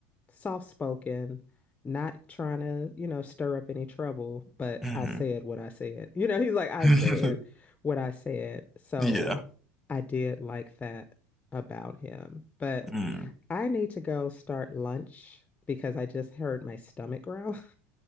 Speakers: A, on the left (about 20°); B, in the centre.
A: soft spoken, not trying to, you know, stir up any trouble, but
B: hmm
A: I said what I said. You know, he's like, I
B: <laughs>
A: said what I said. So
B: Yeah.
A: I did like that about him. But
B: Mm.
A: I need to go start lunch because I just heard my stomach growl.